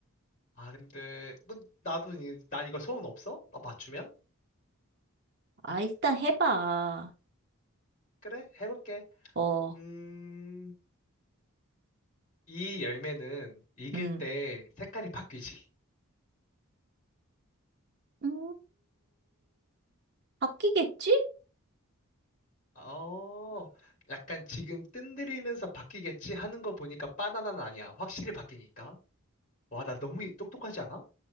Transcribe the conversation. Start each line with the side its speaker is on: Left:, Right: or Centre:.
Left: 아, 근데, 그, 나도, 이- 난 이거 소원 없어? 아, 맞추면?
Right: 아, 일단 해봐.
Left: 그래, 해볼게.
Right: 어,
Left: 음, 이 열매는 익을
Right: 음.
Left: 때 색깔이 바뀌지.
Right: 음, 바뀌겠지?
Left: 어, 약간 지금 뜬들이면서 바뀌겠지 하는 거 보니까 바나나는 아니야. 확실히 바뀌니까. 와, 나 너무 똑똑하지 않아?